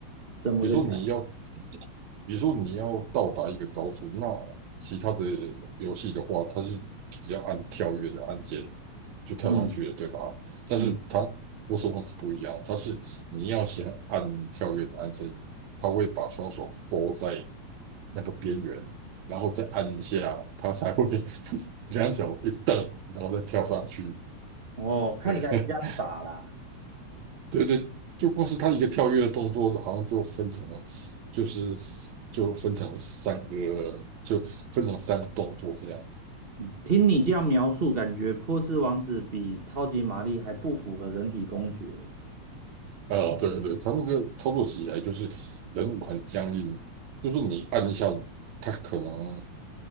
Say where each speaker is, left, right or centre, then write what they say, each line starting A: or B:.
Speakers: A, on the right; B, on the right.
A: 怎么个讲？
B: 比如说你要比如说你要到达一个高处，那其他的游戏的话，它是只要按跳跃的按键就跳上去了，
A: 嗯
B: 对吧？但是它我手王是不一样，
A: 嗯，
B: 它是你要先按跳跃的按键，它会把双手勾在那个边缘，然后再按一下，它才会 <laughs> 两脚一蹬，然后再跳上去。
A: 哦，看起来比较傻啦。
B: 对，<laughs> 对对，就光是他一个跳跃的动作，好像就分成了，就是就分成三个，就分成三个动作这样子。
A: 嗯，听你这样描述，感觉《波斯王子》比《超级玛丽》还不符合人体工学。
B: 呃，对对对，他那个操作起来就是人物很僵硬，就是你按一下，他可能